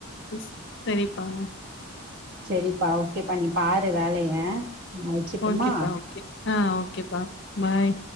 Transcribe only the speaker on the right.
செரிப்பா ஓக்கேப்பா நீ பாரு வேலைய நா வச்சுட்டுமா